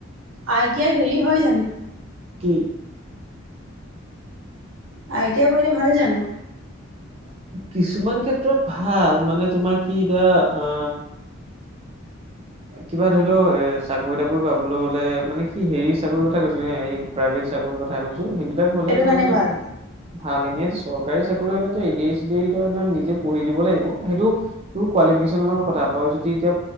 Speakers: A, on the right; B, on the right.
A: আই টি আইত হেৰি হয় জানো
B: কি?
A: আইটিয়া কৰিলে ভাল জানো?
B: কিছুমান ক্ষেত্ৰত ভাল মানে তোমাৰ কি এতিয়া আ কিবা ধৰি ল এ চাকৰি তাকৰি পাবলৈ হলে মানে কি হেৰি চাকৰি কথা কৈছো এ এই প্ৰাইভেট চাকৰি কথা কৈছো সেইবিলাক হলে
A: সেইটো
B: তই
A: কাৰণে
B: মানে
A: ভাল
B: ভাল এনেই চৰকাৰী চাকৰি হলে তই এডি আৰ ই চেদি আৰ ই তই নিজে পঢ়ি দিব লাগিব, সেইটো তোৰ কোৱালিফিকেশ্যনৰ লগত কথা। তই যদি এতিয়া